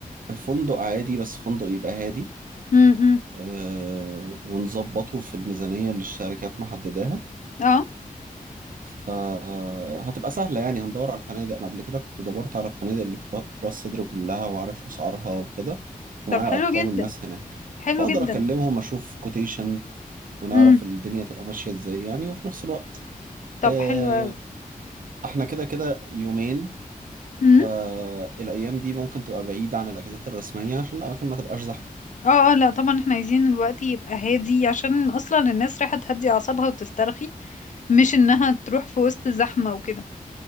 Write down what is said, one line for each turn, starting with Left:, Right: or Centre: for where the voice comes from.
Right: فندق عادي بس فندق يبقى هادي
Left: امم
Right: اه ونظبطه في الميزانية اللي الشركات محددها
Left: اه
Right: فهتبقى سهلة يعني هندور على الفنادق أنا قبل كده كنت دورت على الفنادق اللي في را- في راس سدر كلها وعارف أسعارها وكده ومعايا
Left: طب حلو
Right: أرقام
Left: جدا
Right: الناس هناك
Left: حلو
Right: فأقدر
Left: جدا
Right: أكلمهم أشوف كوتيشن ونعرف
Left: امم
Right: الدنيا تبقى ماشية إزاي يعني وفي نفس الوقت
Left: طب
Right: آه،
Left: حلو اوي
Right: إحنا كده كده يومين
Left: امم
Right: فالأيام دي ممكن تبقى بعيدة عن الأجازات الرسمية عشان الأماكن ما تبقاش زحمة
Left: اه اه لا طبعا احنا عايزين الوقت يبقى هادي عشان اصلا الناس رايحة تهدي اعصابها وتسترخي مش انها تروح في وسط زحمة وكده